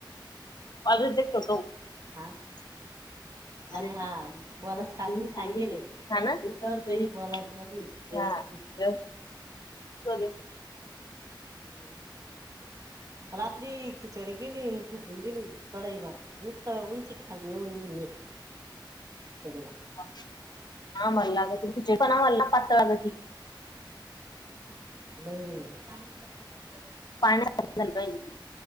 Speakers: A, on the left; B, on the right.
A: <unintelligible>
B: हा अरे
A: <inaudible>
B: हा बोलाच काम नाही सांगेले इतर काही बोलाच
A: <unintelligible>
B: नाही व्यवस्थित हम्म..
A: <inaudible>
B: रात्री खिचडी केली अन् फेकून दिली कडईभर नुसत उलटीच झाली उळिन, <unintelligible>
A: ह आम्हाला लागती खिचडी पण आम्हाला ना पातळ लागती.
B: नाही पाणी सारखी जाईल बाई
A: पाण्यासारखं झालं पाहिजे